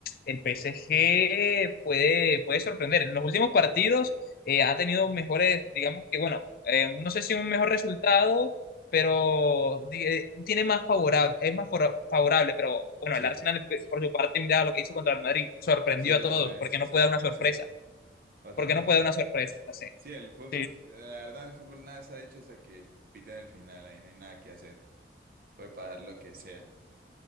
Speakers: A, on the left; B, on the right.
A: el PSG puede, puede sorprender. En los últimos partidos eh, ha tenido mejores, digamos que, bueno, eh, no sé si un mejor resultado pero di- eh, tiene más favorable, es más fora- favorable, pero bueno,
B: Sí,
A: el Arsenal por su parte, mira lo que hizo contra el Madrid, sorprendió
B: sí, eso
A: a todos,
B: también
A: porque
B: es,
A: no
B: eso
A: puede
B: también
A: dar una sorpresa,
B: es cierto. Eso
A: porque
B: también
A: no
B: es
A: puede
B: cierto.
A: dar una sorpresa, sí.
B: Sí, el fútbol,
A: Sí.
B: la verdad, el fútbol nada se ha dicho hasta que piten el final, ahí no hay nada que hacer. Puede pagar lo que sea.